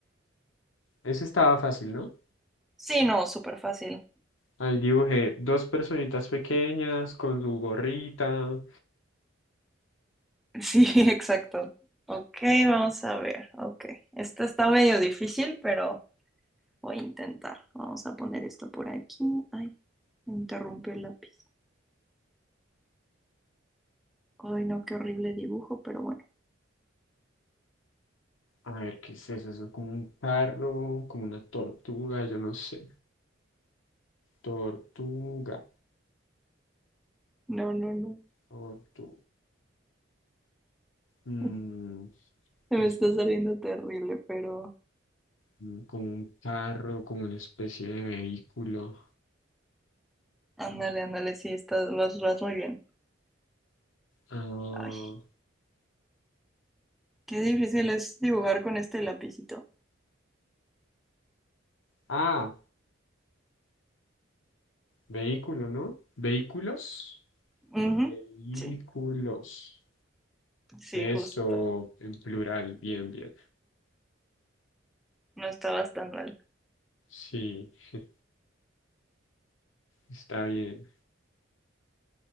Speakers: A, on the left; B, in the centre.
A: Eso estaba fácil, ¿no?
B: Sí, no, súper fácil.
A: Ahí dibujé dos personitas pequeñas con su gorrita.
B: Sí, <laughs> exacto. Ok, vamos a ver. Ok, esta está medio difícil, pero... Voy a intentar. Vamos a poner esto por aquí. Ay, me interrumpió el lápiz. Ay, no, qué horrible dibujo, pero bueno.
A: A ver, ¿qué es eso? Eso es como un carro, como una tortuga, yo no sé. Tortuga.
B: No, no, no.
A: Tortuga. Mm,
B: <laughs> Me
A: que es
B: está saliendo terrible, pero
A: un- como un carro, como una especie de vehículo.
B: ándale, ándale, sí, estás, vas, vas muy bien.
A: Ah,
B: Ay, qué difícil es dibujar con este lapicito.
A: ah, Vehículo, ¿no? Vehículos.
B: Ujú,
A: Vehículos.
B: Sí, sí,
A: Eso,
B: justo.
A: en plural, bien, bien.
B: No estabas tan mal.
A: Sí, <laughs> está bien.